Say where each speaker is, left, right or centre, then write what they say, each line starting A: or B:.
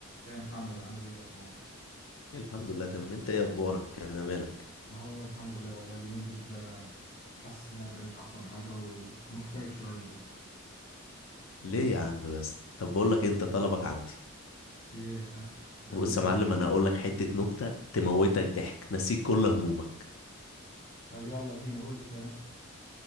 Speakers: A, on the left; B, on the left.
A: يا محمد عامل ايه الاخبار
B: الحمد لله تمام انت ايه اخبارك كده مالك
A: اهو الحمد لله والله اليومين دول كده حاسس ان انا كده مش احسن حاجه ومكتئب شويه كده
B: ليه يا عم بس طب بقول لك انت طلبك عندي
A: ايه هت... هتعمل
B: بص
A: ايه
B: يا معلم انا هقول لك حته نكته تموتك ضحك تنسيك كل همومك
A: طب يلا بينا قول لي كده نبدأ.